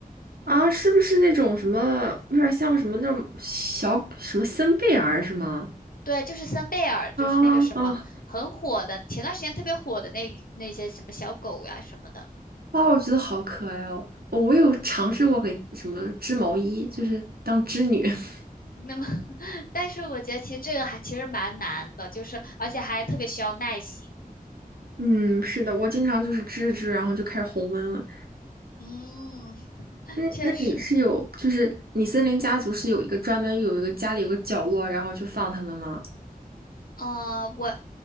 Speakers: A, on the right; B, on the left.
A: 啊，是不是那种什么，有点像什么那种小什么森贝儿是吗？
B: 对，就是森贝尔，就是那个什么很火的，
A: 啊啊
B: 前段时间特别火的那那些什么小狗呀、什么的。
A: 啊！我觉得好可爱哦。哦我有尝试过给什么织毛衣，就是当织女。<laughs>
B: 那么，<laughs> 但是我觉得其实这个还其实蛮难的，就是而且还特别需要耐心。
A: 嗯，是的，我经常就是织织，然后就开始红温了。
B: 嗯，
A: 那那你是有，
B: 确实。
A: 就是你森林家族是有一个专门有一个家里有个角落，然后就放它们吗？
B: 呃，我